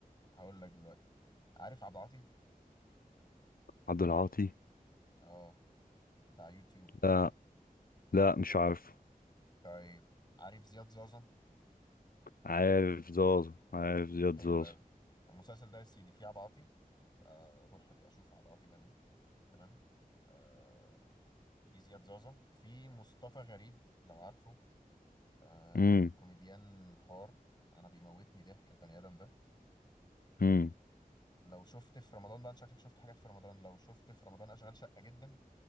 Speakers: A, on the left; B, on the left.
A: هقول لك دلوقتي عارف عبد العاطي؟
B: عبد العاطي
A: اه بتاع يوتيوب
B: لا لا مش عارف
A: طيب عارف زياد زازا
B: عارف زازا عارف زياد
A: حلو
B: زازا
A: قوي المسلسل ده يا سيدي فيه عبعاطي آه، اروح ابقى اشوف عبعاطي ده مين تمام آه، في زياد زازا في مصطفى غريب لو عارفه آه،
B: امم
A: كوميديان حار انا بيموتني ضحك البني ادم ده
B: امم
A: لو شفت في رمضان ده أنت شكلك شفت حاجات في رمضان لو شفت في رمضان اشغال شقة جدا